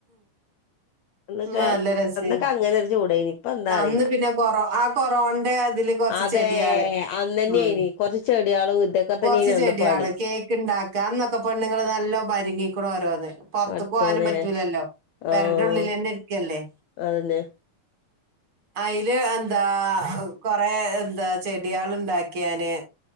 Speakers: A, on the left; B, on the right.
A: അന്നൊക്കെ
B: നല്ല രസയ്
A: അന്നൊക്കെ അങ്ങനെ ഒരു ചൂടേനി ഇപ്പ എന്താ അറിയില്ല
B: അന്ന് പിന്നെ കൊറ ആ കൊറോന്റെ അതില് കൊറച്ച്
A: അതെ
B: ചെടികള്
A: അന്നന്നെയ്നി
B: ഉം
A: കൊറച്ച് ചെടികളും ഇതൊക്കെ
B: കൊറച്ച്
A: തന്നെയ്നി
B: ചെടികള്
A: അന്ന് പണി
B: കേക്ക്ണ്ട ക്കാംന്നൊക്കെ പെണ്ണുങ്ങള് നല്ലോ പരിങ്ങിക്ക്‌ണ് ഓരോന്ന് പൊർത്തു
A: പടച്ചോനെ
B: പോവാനും പറ്റൂലല്ലോ പെരെന്റെ
A: ആഹ്
B: ഉള്ളില് തന്നെ ഇരിക്കല്ലേ
A: അതന്നെ
B: അയില് എന്താ കൊറേ എന്താ ചെടികള് ഉണ്ടാക്കിയാന്